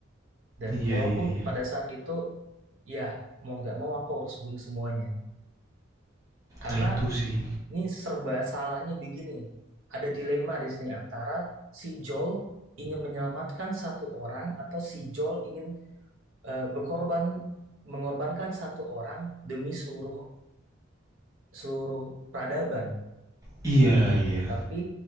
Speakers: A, on the right; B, on the right.
A: dan
B: iya,
A: walaupun
B: iya, iya.
A: pada saat itu, ya mau nggak mau aku harus bunuh semuanya. Karena
B: Nah itu sih.
A: ini serba salahnya begini. Ada dilema di sini antara si Joel ingin menyelamatkan satu orang atau si Joel ingin eh, berkorban mengorbankan satu orang demi seluruh seluruh peradaban.
B: Iya, iya.
A: Tapi